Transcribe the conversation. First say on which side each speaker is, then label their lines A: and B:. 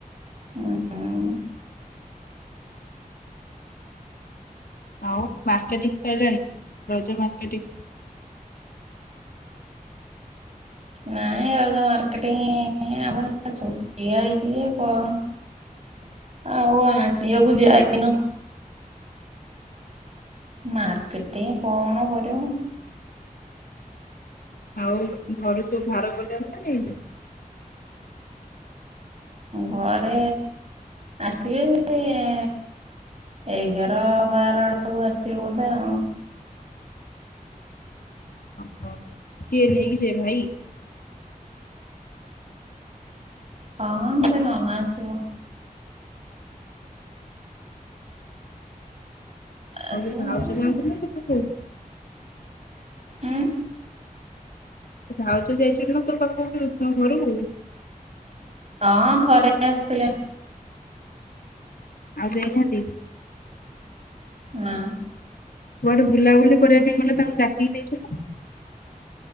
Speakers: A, on the right (about 45°); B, on the left (about 80°).
A: ହୁଁ ଉଁ।
B: ଆଉ ମାର୍କେଟିଂ ସଇଲାଣି, ରଜ ମାର୍କେଟିଂ?
A: ନାଇଁ ରଜ ମାର୍କେଟିଂ ଆମର <unintelligible> ହେଇଛି ଯେ କ ଆଉ <unintelligible> ମାର୍କେଟିଂ କଣ କରିବୁ।
B: ଆଉ ଘରୁ ସବୁ ଭାର ଗଲେନି ନା <unintelligible>
A: ଘରେ ଆସିବେ ସେ ଏଗାର ବାରଆଡକୁ ଆସିବେ ବୋଧେ ଆଉ।
B: ଓହୋ କିଏ ନେଇକି ଯିବେ ଭାଇ?
A: ହଁ ସେ ନନା ଆସିବ। ଆସିବ
B: ଆଉ ଏ ଭାଉଜ
A: ଆଉ।
B: ଜାଣିଥିଲେ <unintelligible>
A: ଉଁ।
B: ତୁ ଭାଉଜ ଯାଇଚନ୍ତି ନା ତୋ ପାଖକୁ ତ ଘରକୁ?
A: ହଁ ଥରେ ଆସିଥିଲେ।
B: ଆଉ ଯାଇନାହାନ୍ତି।
A: ନା।
B: କୁଆଡେ ବୁଲାବୁଲି କରିବା ପାଇଁ ଗଲେ ତାଙ୍କୁ ଡାକିକି ନେଇଛୁ।